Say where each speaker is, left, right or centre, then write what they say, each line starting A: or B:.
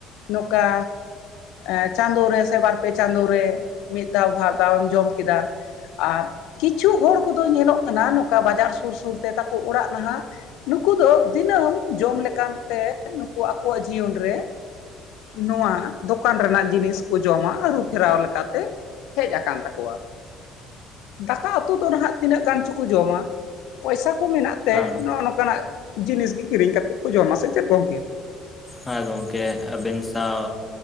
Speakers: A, on the left (about 75°); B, on the left (about 20°).
A: ᱱᱚᱝᱠᱟ ᱮᱸ ᱪᱟᱸᱫᱳ ᱨᱮ ᱥᱮ ᱵᱟᱨ ᱯᱮ ᱪᱟᱸᱫᱳ ᱨᱮ ᱢᱤᱫ ᱫᱷᱟᱣ ᱵᱟᱨ ᱫᱟᱣ ᱮᱢ ᱡᱚᱢ ᱠᱮᱫᱟ, ᱟᱨ ᱠᱤᱪᱷᱩ ᱦᱚᱲ ᱠᱚᱫᱚ ᱧᱮᱞᱚᱜ ᱠᱟᱱᱟ ᱱᱚᱝᱠᱟ ᱵᱟᱡᱟᱨ ᱥᱩᱨ ᱥᱩᱨ ᱛᱮ ᱛᱟᱠᱚ ᱚᱲᱟᱜ ᱱᱟᱦᱟᱸᱜ, ᱱᱩᱠᱩ ᱫᱚ ᱫᱤᱱᱟᱹᱢ ᱡᱚᱢ ᱞᱮᱠᱟᱱ ᱛᱮ ᱱᱩᱠᱩ ᱟᱠᱚᱣᱟᱜ ᱡᱤᱭᱚᱱ ᱨᱮ, ᱱᱚᱣᱟ ᱫᱚ ᱠᱟᱱ ᱨᱮᱱᱟᱜ ᱡᱤᱱᱤᱥ ᱠᱚ ᱡᱚᱢᱟ ᱟᱹᱨᱩ ᱯᱷᱮᱨᱟᱣ ᱞᱮᱠᱟᱛᱮ ᱦᱮᱡ ᱟᱠᱟᱱ ᱛᱟᱠᱚᱣᱟ᱾ ᱫᱟᱠᱟ ᱩᱛᱩ ᱫᱚ ᱱᱟᱦᱟᱸᱜ ᱛᱤᱱᱟᱹᱜ ᱜᱟᱱ ᱪᱚᱠᱚ ᱡᱚᱢᱟ, ᱯᱚᱭᱥᱟ ᱠᱚ ᱢᱮᱱᱟᱜ ᱛᱮ
B: ᱦᱮᱸ
A: ᱱᱚᱜᱼᱚ ᱱᱚᱝ ᱠᱟᱱᱟᱜ ᱡᱤᱱᱤᱥ ᱜᱮ ᱠᱤᱨᱤᱧ ᱠᱟᱛᱮ ᱠᱚ ᱡᱚᱢᱟ ᱥᱮ ᱪᱮᱫ ᱜᱚᱝᱠᱮ?
B: ᱦᱮᱸ ᱜᱚᱢᱠᱮ ᱟᱹᱵᱤᱱ ᱥᱟᱶ